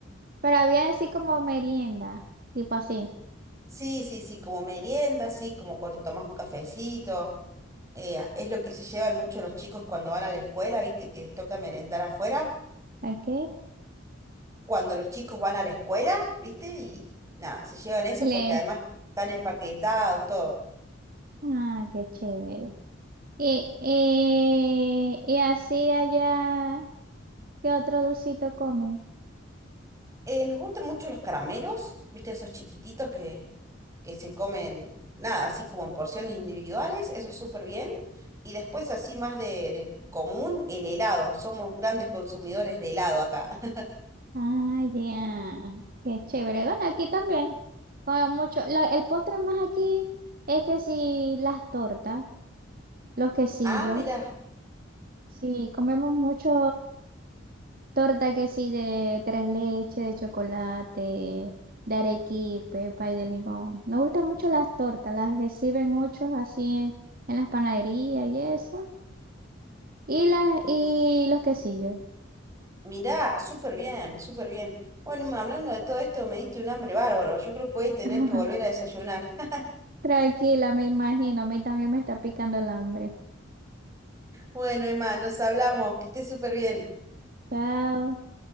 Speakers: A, on the right; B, on the right.
A: Pero había así como merienda, tipo así.
B: Sí, sí, sí, como merienda, sí, como cuando te tomas un cafecito. Eh, es lo que se llevan mucho los chicos cuando van a la escuela, ¿viste? Que les toca merendar afuera.
A: ¿Ok?
B: Cuando los chicos van a la escuela, ¿viste? Y nada, se llevan eso
A: Le.
B: porque además están empaquetados, todo.
A: Ah, qué chévere. Y, y, y así allá, ¿qué otro dulcito comen?
B: Eh, nos gustan mucho los caramelos, ¿viste? Esos chiquititos que, que se comen, nada, así como en porciones individuales, eso súper bien. Y después así más de, de común, el helado. Somos grandes consumidores de helado acá. <laughs>
A: Ah, ya. Qué chévere. Bueno, aquí también. Como mucho. la- el postre más aquí es que sí, las tortas, los quesillos.
B: Ah, mirá,
A: Sí, comemos mucho torta que sí, de tres leches, de chocolate, de arequipe, pay de limón. Nos gustan mucho las tortas, las reciben muchos así en, en las panaderías y eso. Y las,
B: m-
A: y los quesillos.
B: mirá, súper bien, súper bien. Bueno, Emma, hablando de todo esto, me diste un hambre bárbaro. Yo creo que voy a tener
A: <laughs>
B: que volver a desayunar. <laughs>
A: Tranquila, me imagino. A mí también me está picando el hambre.
B: Bueno, Emma, nos hablamos, que estés súper bien.
A: Chao.